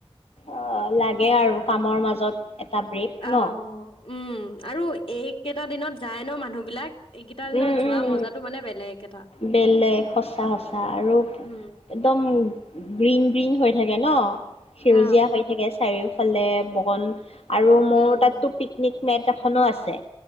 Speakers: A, on the left; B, on the left.
A: অ লাগে আৰু। কামৰ মাজত। এটা ব্ৰেক
B: অ',
A: ন
B: উম, আৰু এইকেইটা দিনত যায় ন মানুহবিলাক? এইকেইটা দিনত
A: উম
B: যোৱা
A: উম
B: মজাতো মানে বেলেগ। এটা
A: বেলেগ, সচাঁ-সঁচা
B: উম,
A: আৰু একদম।
B: উম,
A: গ্ৰীণ-গ্ৰীণ হৈ থাকে ন? সেউজীয়া
B: অ,
A: হৈ থাকে চাৰিওফ ফালে বগন। আৰু, মোৰ
B: উম, উম,
A: তাতটো পিকনিক মেট এ, এখনো আছে।